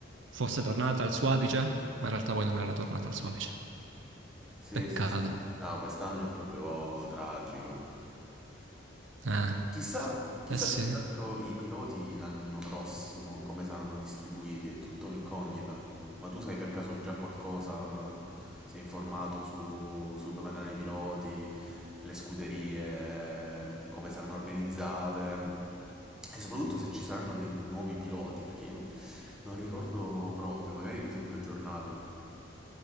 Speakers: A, on the right (about 70°); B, in the centre.
A: fosse tornata al suo apice, ma in realtà poi non era tornata al suo apice.
B: Sì,
A: Peccato.
B: sì, sì. No, quest'anno è proprio tragico.
A: Eh,
B: Chissà, chissà
A: eh sì.
B: più che
A: Eh,
B: altro i piloti l'anno prossimo come saranno distribuiti, è tutta un'incognita. Ma tu sai per caso già qualcosa? Sei informato su, su dove andranno i piloti, le scuderie, come saranno organizzate e soprattutto se ci saranno dei nuovi piloti, perché io non ricordo proprio, magari tu sei più aggiornato.